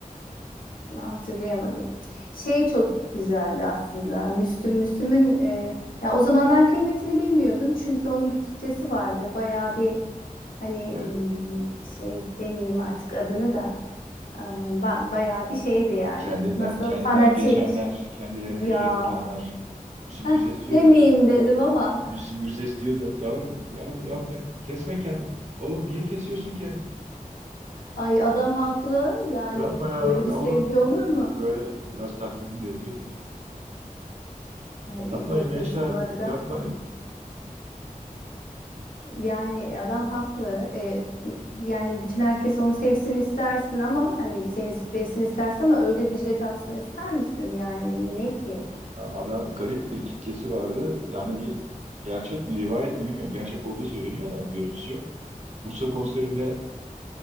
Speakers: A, on the left; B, on the right.
A: Hatırlayamadım. Şey çok güzeldi aslında. Müslüm, Müslüm'ün e, ya o zamanlar kıymetini bilmiyordum çünkü onun bir kitlesi vardı. Bayağı bir hani
B: Evet.
A: hmm, şey demeyeyim artık adını da e, ba- bayağı bir şeydi yani.
B: Kendinden
A: Nasıl
B: kendinden
A: fanatik
B: geçenler, kendilerine
A: ya
B: jilet atanlar. Müslüm Gürses
A: <laughs>
B: diyordu.
A: demeyeyim dedim ama
B: Müslüm Gürses diyor da yavrum yavrum yapma kesme kendini. Oğlum niye kesiyorsun kendini?
A: ay adam haklı yani
B: Yapma ya,
A: böyle
B: ya
A: bir sevgi
B: oğlum.
A: olur mu?
B: Böyle biraz taklidini de yapıyordu.
A: E, iyi
B: Yapmayın
A: yapıyorsun
B: gençler
A: bu arada.
B: yapmayın.
A: Yani e, adam haklı. Ee, yani bütün herkes onu sevsin istersin ama hani seni sevsin istersin ama öyle Dicle tatsın ister misin? Yani ne ki?
B: Ya Adam garip bir kitlesi vardı. Yani bir gerçek mi rivayet mi bilmiyorum. Gerçek olduğu söyleniyor da görüntüsü yok. Bursa konserinde